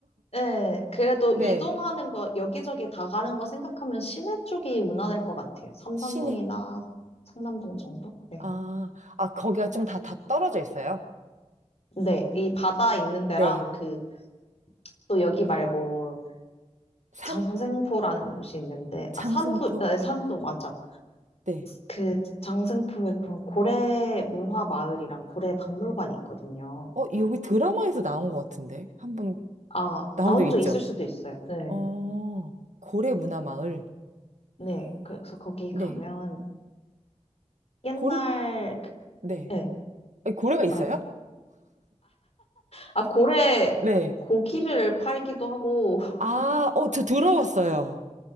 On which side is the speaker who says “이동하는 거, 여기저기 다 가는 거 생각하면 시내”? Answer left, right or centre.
Left